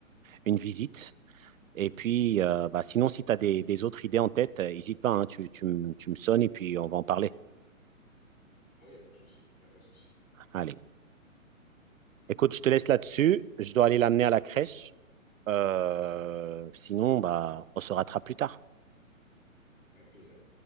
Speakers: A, on the right; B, on the left.
A: une visite. Et puis, euh, bah, sinon, si tu as des, des autres idées en tête, n'hésite pas, hein, tu, tu me tu me sonnes et puis on va en parler.
B: Ouais, y a pas de souci. Y a pas de souci.
A: Allez. Écoute, je te laisse là-dessus. Je dois aller l'amener à la crèche. Euh, sinon, bah, on se rattrape plus tard.
B: Avec plaisir.